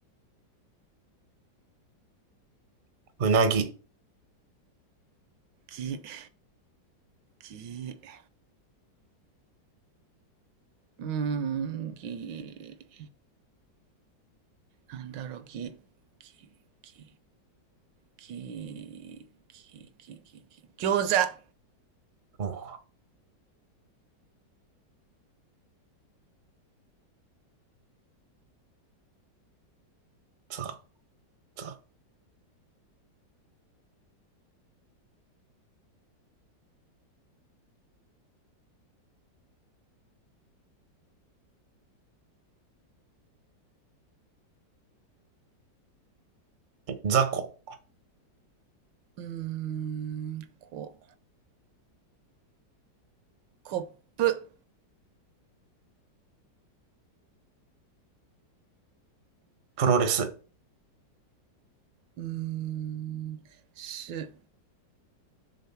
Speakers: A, on the right; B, on the right.
A: うなぎ、
B: ぎ、ぎ、ぎ、ぎうーん、ぎ、なんだろう、ぎ、ぎ、ぎ、ぎ、ぎ、ぎ、ぎ、餃子。
A: おう、ざ、ざ、雑
B: うーん、こ、コップ。
A: プロレス、
B: うーん、す、